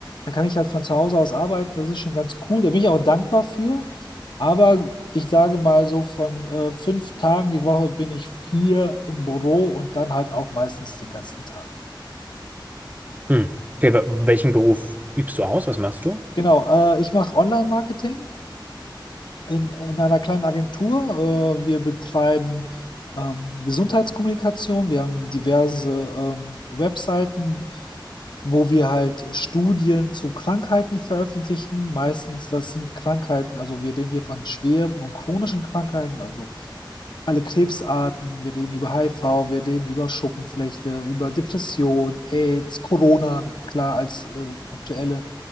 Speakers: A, on the left; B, on the right.
A: dann kann ich halt von zu Hause aus arbeiten. Das ist schon ganz cool. Da bin ich auch dankbar für. Aber ich sage mal so, von äh, fünf Tagen die Woche bin ich vier im Büro und dann halt auch meistens den ganzen Tag.
B: Hm. Okay, wel- welchen Beruf übst du aus? Was machst du?
A: Genau, äh, ich mache Online-Marketing in, in einer kleinen Agentur. Äh, wir betreiben ähm, Gesundheitskommunikation. Wir haben diverse ähm, Webseiten, wo wir halt Studien zu Krankheiten veröffentlichen. Meistens, das sind Krankheiten, also wir reden hier von schweren und chronischen Krankheiten, also alle Krebsarten, wir reden über HIV, wir reden über Schuppenflechte, über Depression, AIDS, Corona, klar als äh, aktuelle